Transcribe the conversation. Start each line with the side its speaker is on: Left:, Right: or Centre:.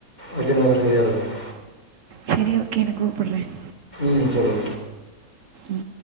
Left: அக்கு நேரம் சரியா இருக்கும்
Right: சரி ஓகே என கூப்பிடறேன்
Left: ம் சரி
Right: உம்